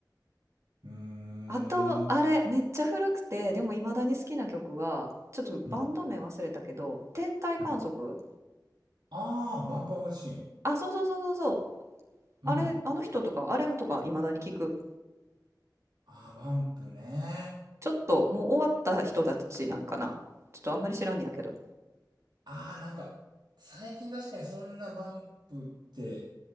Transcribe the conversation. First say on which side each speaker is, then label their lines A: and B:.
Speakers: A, on the right; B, on the right.
A: うーん。
B: あと、あれ、めっちゃ古くて、でも未だに好きな曲は、ちょっとバンド名忘れたけど、
A: うん。
B: 天体観測
A: うん。ああ、バンプオブチキン。
B: あ、そうそうそうそうそう。
A: うん。
B: あれ、あの人とか、あれとか未だに聞く。
A: ああ、バンプね。
B: ちょっともう終わった人たちなんかな。ちょっとあんまり知らんねやけど。
A: ああ、なんか、最近確かにそんなバンプって